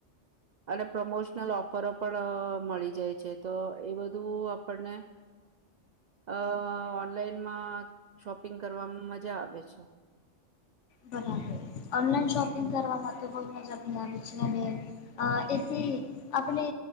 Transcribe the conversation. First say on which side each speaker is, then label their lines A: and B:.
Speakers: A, on the right (about 70°); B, on the left (about 75°).
A: અને પ્રમોશનલ ઓફરો પણ મળી જાય છે તો એ બધું આપણને અ ઓનલાઈનમાં શોપિંગ કરવામાં મજા આવે છે.
B: બરાબર ઓનલાઈન શોપિંગ કરવા માટે બહ મજા બી આવી છે અને અ એથી આપણે